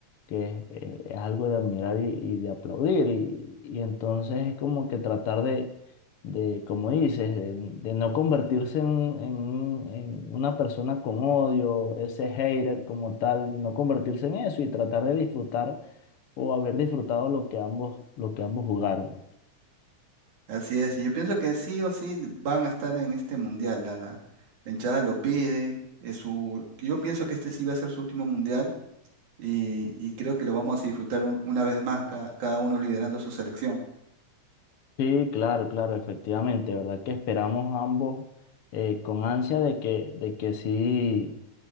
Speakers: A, on the left; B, on the right.
A: que es, eh, es algo de admirar y, y de aplaudir. Y, y entonces es como que tratar de, de como dices, de, de no convertirse en, un- en un- en una persona con odio, ese hater como tal, no convertirse en eso y tratar de disfrutar o haber disfrutado lo que ambos, lo que ambos jugaron.
B: Así es, y yo pienso que sí o sí van a estar en este mundial. La, la, la hinchada lo pide. Es su, yo pienso que este sí va a ser su último mundial y, y creo que lo vamos a disfrutar un- una vez más, ca- cada uno liderando su selección.
A: Sí, claro, claro, efectivamente, ¿verdad? Que esperamos ambos eh, con ansia de que, de que sí,